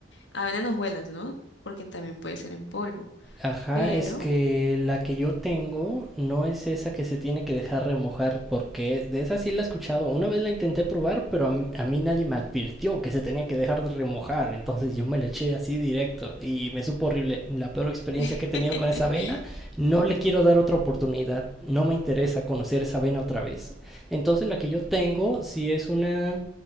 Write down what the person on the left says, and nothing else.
Avena en hojuelas, ¿no? Porque también puede ser en polvo.
Pero,
<laughs>